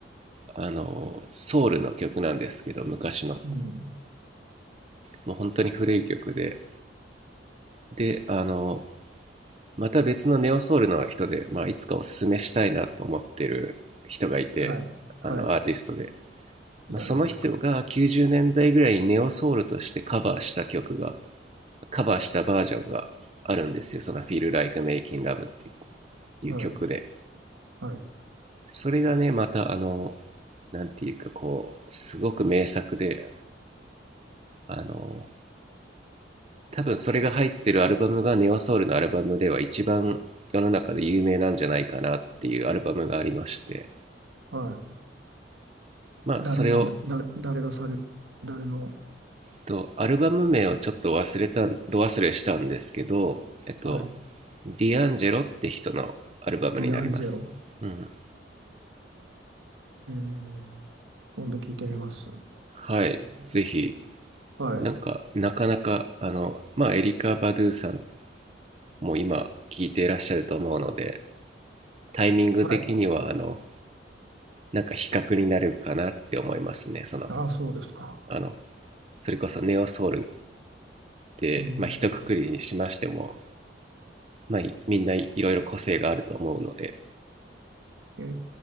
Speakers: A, on the right; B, on the right.
A: あの、ソウルの曲なんですけど、昔の。
B: うん。
A: もう本当に古い曲で。で、あの、また別のネオソウルの人で、まあ、いつかおすすめしたいなと思ってる人がいてあのアーティストで、
B: はい。はい。
A: まあ、
B: 誰ですか
A: その人が90年代ぐらいにネオソウルとしてカバーした曲がカバーしたバージョンがあるんですよその「Feel Like Making Love」っていう曲で
B: はい。はい。
A: それがねまたあのなんていうかこうすごく名作であの多分それが入ってるアルバムがネオソウルのアルバムでは一番世の中で有名なんじゃないかなっていうアルバムがありまして
B: はい。
A: まあ、
B: 誰なんで、
A: それを、
B: だ、誰がされ、誰の、
A: と、アルバム名をちょっと忘れたど忘れしたんですけど、えっと、
B: はい。
A: ディアンジェロって人のアルバムになります。
B: ディアンジェロ。
A: うん。
B: えー、今度聞いてみます。
A: はい、ぜひ、
B: はい。
A: なんか、なかなか、あの、まあ、エリカ・バドゥさんも今、聴いていらっしゃると思うので、タイミング的には、
B: はい。
A: あの、なんか比較になるかなって思いますね。その、
B: ああ、そうですか。
A: あの、それこそネオソウルって、
B: うん。
A: まあ、一括りにしましても、まあ、みんないろいろ個性があると思うので、
B: えー、